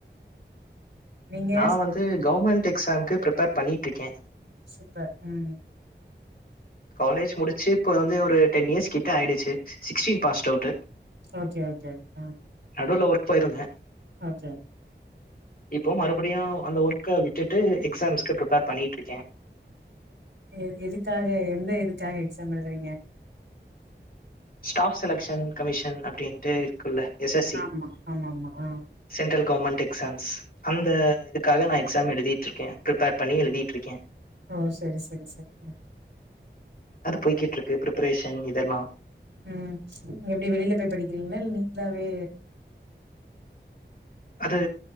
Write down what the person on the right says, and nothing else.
நீங்க
சூப்பர் ம்
okay okay ம்
அ ச
எ எதுக்காக எந்த இதுக்காக எக்ஸாம் எழுதுறீங்க
ஆமா ஆமா ஆமா ஆ
ஆ சரி சரி சரி ஆ
ம் நீங்க எப்டி வெளியில போய் படிக்கிறீங்களா இல் நீங்களாவே